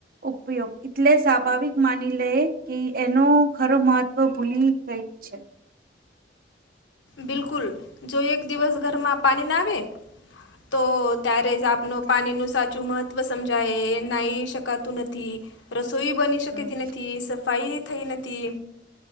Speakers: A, on the right; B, on the left.
A: ઉપયોગ એટલે સ્વાભાવિક માની લે કે એનો ખરો મહત્વ ભૂલી ગઈ. છે.
B: બિલકુલ. જો એક દિવસ ઘરમાં પાની ના આવે તો ત્યારે જ આપનું પાણીનું સાચું મહત્વ સમજાય નહીં શકત તું નથી, રસોઈ બની શકેતે
A: હમ
B: નથી, સફાઈ થઈ નથી.